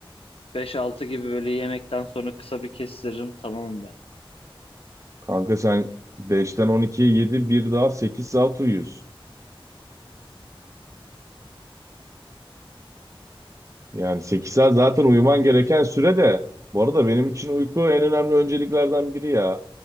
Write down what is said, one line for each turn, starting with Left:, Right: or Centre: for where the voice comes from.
Left: beş altı gibi böyle yemekten sonra kısa bir kestiririm. Tamam mı?
Right: Kanka sen beşten on ikiye yedi bir daha 8 saat uyuyorsun. Yani sekiz saat zaten uyuman gereken süre de bu arada benim için uyku en önemli önceliklerden biri ya.